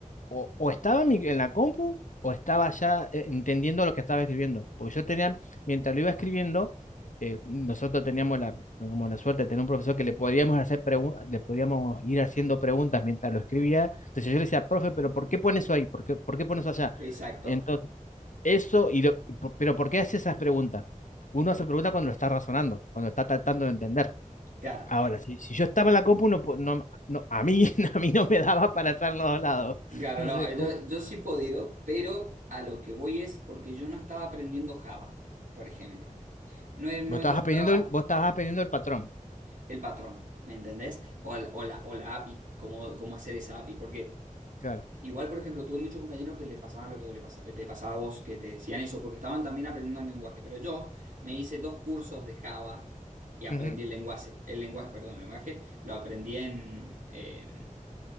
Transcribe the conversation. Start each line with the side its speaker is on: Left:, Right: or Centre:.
Left: o, o estaba en, mi- en la compu o estaba ya eh, entendiendo lo que estaba escribiendo. Porque yo tenía, mientras lo iba escribiendo, eh, nosotros teníamos la, como la suerte de tener un profesor que le podíamos hacer preguntas, le podíamos ir haciendo preguntas mientras lo escribía. Entonces yo le decía, profe, pero ¿por qué pone eso ahí? ¿Por qué, por qué pone eso allá?
Right: exacto.
Left: Entonces, eso, y lo- y por- pero ¿por qué hace esas preguntas? Uno hace preguntas cuando lo está razonando, cuando está tratando de entender.
Right: Claro.
Left: Ahora, si, si yo estaba en la compu, no, po- no, no, a mí, <laughs> a mí no me daba para estar en los dos lados.
Right: Claro,
Left: No
Right: no,
Left: sé,
Right: eh,
Left: cómo-
Right: yo, yo sí he podido, pero a lo que voy es porque yo no estaba aprendiendo Java, por ejemplo. No, eh, no
Left: Vos
Right: me
Left: estabas
Right: costaba
Left: aprendiendo el, vos estabas aprendiendo el patrón.
Right: el patrón, ¿me entendés? O, el- o la, o la API, cómo, cómo hacer esa API. Porque
Left: Claro.
Right: igual, por ejemplo, tuve muchos compañeros que le pasaba lo que le pasa- te pasaba a vos, que te decían eso, porque estaban también aprendiendo el lenguaje. Pero yo me hice dos cursos de Java y aprendí
Left: Ujú.
Right: el lenguaje, el lenguaje, perdón, el lenguaje, lo aprendí en, em,